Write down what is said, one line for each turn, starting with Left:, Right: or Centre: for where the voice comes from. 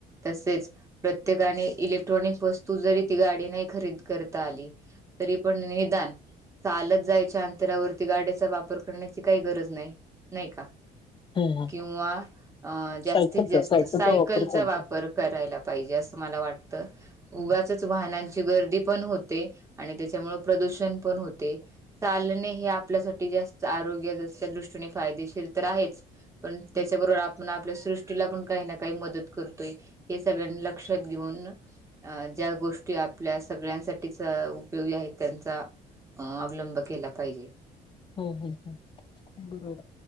Right: तसेच प्रत्येकाने इलेक्ट्रॉनिक वस्तू जरी ती गाडी नाही खरेदी करता आली तरी पण निदान चालत जायच्या अंतरावरती गाडीचा वापर करण्याची काही गरज नाय, नाही का?
Left: हम्म
Right: किंवा अ जास्तीत
Left: सायकलचा
Right: जास्त सायकलचा
Left: वापर चालतोय.
Right: वापर करायला पाहीजे अस मला वाटत.
Left: हम्म
Right: उगाचच वाहनांची गर्दी पण होते. आणि त्याच्यामुळ प्रदूषण पण होते. चालणे हे आपल्यासाठी जास्त आरोग्य ज त्या दृष्टीने फायदेशीर तर आहेच पण त्याच्याबरोबर
Left: हम्म.
Right: आप आपण आपल्या सृष्टीला पण काही ना काही मदत करतोय. हे सगळ्यांनी लक्षात घेऊन अ ज्या गोष्टी आपल्यास सगळ्यांसाठी अ उपयोगी आहे. त्यांचा अ अवलंब केला पाहिजे.
Left: हो बोलतोय, बरोबर